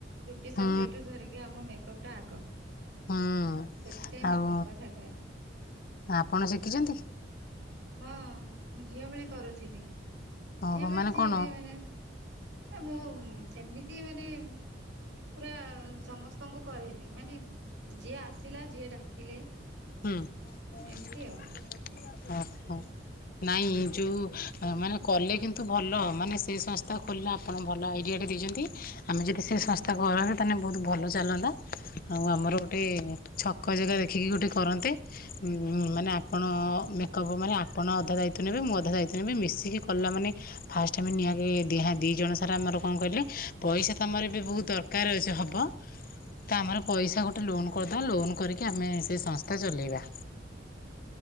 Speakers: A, on the right; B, on the left.
A: ଚୁଟି
B: ହୁଁ
A: ସଜା ଠୁ ଧରିକି ଆମ ମେ କପଟା ଆଗ
B: ହୁଁ
A: ସେଥିପାଇଁ ମେକଅପ୍
B: ଆଉ
A: କଥା କହିଲି
B: ଆପଣ ସେ ଦେଖିଛନ୍ତି।
A: ହଁ ମୁଁ ଝିଅ ବେଳେ କରୁଥିଲି।
B: ଓହୋ
A: ଝିଅ ବେଳେ
B: ମାନେ
A: ଯିଏ
B: କଣ
A: ବି ମାନେ। ମୁଁ ସେମି ଚି ମାନେ ପୁରା ସମସ୍ତଙ୍କୁ କରେନି ମାନେ ଯିଏ ଆସିଲା ଯିଏ ଡାକିଲେ।
B: ହୁଁ ଓ
A: ଏମିତି ଆଉ
B: ହୋ। ନାଇଁ
A: ହଁ
B: ଯୋଉ ମାନେ। କଲେ କିନ୍ତୁ ଭଲ ମାନେ ସେଇ ସଂସ୍ଥା ଖୋଲିଲା ଆପଣ ଭଲ ଆଇଡିଆଟେ ଦେଇଛନ୍ତି। ଆମେ ଯଦି ସେ
A: ଆଜ୍ଞା।
B: ସଂସ୍ଥା କରନ୍ତେ ତାହେଲେ ବହୁତ ଭଲ ଚାଲନ୍ତା ଆଉ ଆମର ଗୋଟେ ଛକ ଜାଗା ଦେଖିକି ଗୋଟେ କରନ୍ତେ ମାନେ ଆପଣ ଆପଣ ଅଧା ଦାୟିତ୍ୱ ମୁଁ ଅଧା ଦାୟିତ୍ୱ ନେବି ମିଶିକି କଲା ମାନେ ଫାଷ୍ଟ ଆମେ ନିହା ଦି ଜଣ ସାରା ଆମର କଣ କହିଲେ ପଇସା ତମର ବି ବହୁତ ଦରକାର ହବ ତ ଆମର ପଇସା ଗୋଟେ ଲୋନ କରିଦବା ଲୋନ କରିକି ଆମେ ସେ ସଂସ୍ଥା କଥା ଚଲେଇବା।